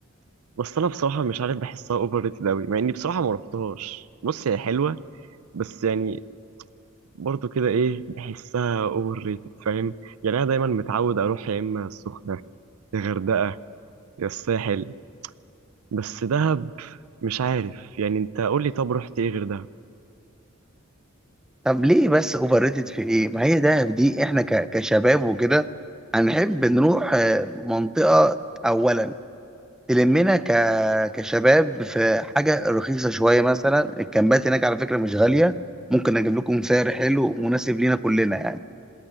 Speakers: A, on the right; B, in the centre.
A: بس انا بصراحة مش عارف بحسها اوفر ريتد قوي مع اني بصراحة ما رحتهاش بص هي حلوة بس يعني برضو كده ايه بحسها اوفر ريتد فاهم يعني انا دايما متعود اروح يا اما السخنة يا غردقة يا الساحل بس دهب مش عارف يعني انت قول لي طب رحت ايه غير دهب
B: طب ليه بس اوفر ريتد في ايه؟ ما هي دهب دي احنا ك- كشباب وكده هنحب نروح آه، منطقة اولا تلمنا ك... كشباب في حاجة رخيصة شوية مثلا الكامبات هناك على فكرة مش غالية ممكن اجيب لكم سعر حلو مناسب لينا كلنا يعني